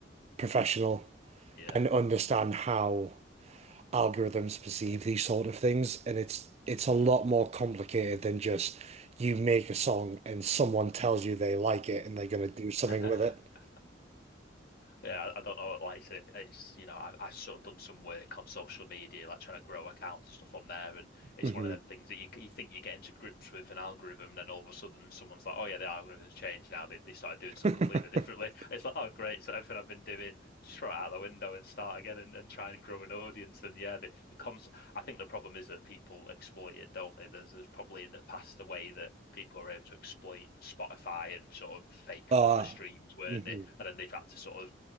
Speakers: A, on the right; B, on the left.
A: professional
B: yeah.
A: and understand how algorithms perceive these sort of things, and it's it's a lot more complicated than just you make a song and someone tells you they like it and they're gonna do something
B: <laughs>
A: with it.
B: Yeah, I I don't know. Like I said, if it's you know, I I sort of done some work on social media, like trying to grow accounts and stuff on there, and it's
A: hmm
B: one of them things that you c- you think you get into grips with an algorithm, and then all of a sudden someone's like, oh yeah, the algorithm's changed now. They they started doing
A: <laughs>
B: stuff completely differently. <laughs> It's like, oh great, so everything I've been doing, just throw it out the window and start again and, and try and grow an audience. And yeah, the the concept I think the problem is that people exploit it, don't they? There's there's probably in the past a way that people are able to exploit Spotify and sort of fake
A: Uh,
B: a load of streams, weren't
A: hmm
B: they? And then they've had to sort of,